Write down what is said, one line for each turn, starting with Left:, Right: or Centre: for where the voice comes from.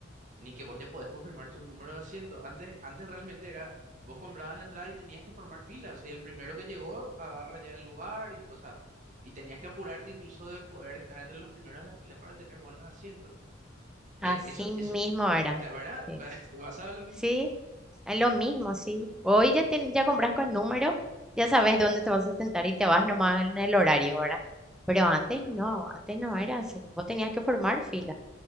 Right: ni que vos ya podés confirmar tu número de asiento. Antes, antes realmente era, vos comprabas la entrada y tenías que formar fila. O sea, y el primero que llegó agarra ya el lugar, y, o sea, y tenías que apurarte incluso de poder estar entre los primeros de la fila para tener buenos asientos. Eh,
Centre: Así
Right: eso, eso,
Centre: mismo ahora.
Right: claro, ¿verdad?
Centre: Sí.
Right: <laughs> Te pasaba lo mismo.
Centre: Sí, es lo mismo, sí. Hoy ya tien- ya compras con número, ya sabes dónde te vas a sentar y te vas nomás en el horario ahora. Pero
Right: Sí,
Centre: antes no, antes no era así. Vos tenías que formar fila.